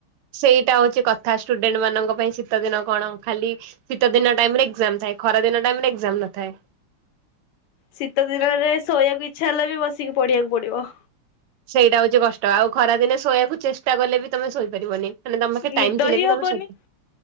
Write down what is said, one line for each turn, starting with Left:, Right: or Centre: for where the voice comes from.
Right: ସେଇଟା ହଉଛି କଥା ଷ୍ଟୁଡେଣ୍ଟ ମାନଙ୍କ ପାଇଁ ଶୀତ ଦିନ କଣ ଖାଲି ଶୀତ ଦିନ ଟାଇମ ରେ ଏକ୍କାମ ଥାଏ ଖରା ଦିନ ଟାଇମ୍ ରେ ଏକ୍କାମ ନ ଥାଏ।
Left: ଶୀତ ଦିନରେ ଶୋଇବାକୁ ଇଚ୍ଛା ହେଲେ ବି ବସିକି ପଢିବାକୁ ପଡିବ।
Right: ସେଇଟା ହଉଛି କଷ୍ଟ ଆଉ ଖରା ଦିନେ ଶୋଇବାକୁ ଚେଷ୍ଟା କଲେ ବି ତମେ ଶୋଇପାରିବନି ମାନେ ତମ ପାଖ ଟାଇମ୍
Left: ନିଦ
Right: ଥିଲେ
Left: ହିଁ
Right: ବି
Left: ହବନି
Right: ତମ ସୋଇ